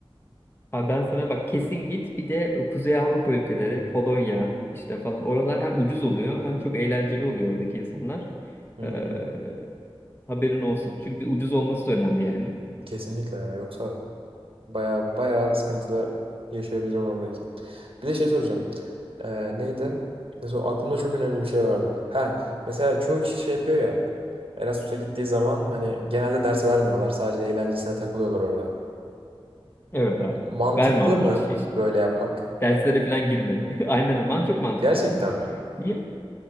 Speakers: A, on the left (about 25°); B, on the right (about 70°).
A: Ha ben sana bak kesin git bir de Kuzey Avrupa ülkeleri Polonya işte falan oralar hem ucuz oluyor hem çok eğlenceli oluyor oradaki insanlar.
B: Hmm,
A: Ee, haberin olsun. Çünkü ucuz olması da önemli yani.
B: kesinlikle ya. Yoksa baya baya sıkıntılar yaşayabilirim oradayken. Bir de şey soracağım. Ee, neydi? Mesela aklımda çok önemli bir şey vardı. Ha mesela çoğu kişi şey yapıyor ya. Erasmus'a gittiği zaman hani genelde ders vermiyorlar. Sadece eğlencesine takılıyorlar orada.
A: Evet abi.
B: Mantıklı
A: Verme abi
B: mı
A: hiç. Hiç
B: böyle yapmak?
A: derslere falan girme. <laughs> Aynen öyle. Man- Çok mantıklı
B: Gerçekten
A: abi.
B: mi?
A: Niye?